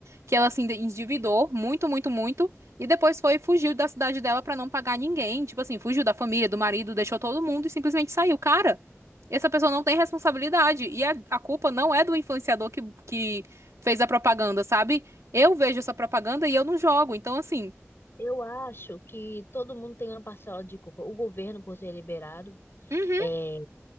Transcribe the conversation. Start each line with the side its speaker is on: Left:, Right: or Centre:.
Right: que ela se endividou muito, muito, muito. E depois foi, fugiu da cidade dela pra não pagar ninguém. Tipo assim, fugiu da família, do marido, deixou todo mundo e simplesmente saiu. Cara, essa pessoa não tem responsabilidade. E a, a culpa não é do influenciador que, que fez a propaganda, sabe? Eu vejo essa propaganda e eu não jogo. Então, assim.
Left: Eu acho que todo mundo tem uma parcela de culpa. O governo por ter liberado,
Right: Uhum,
Left: é,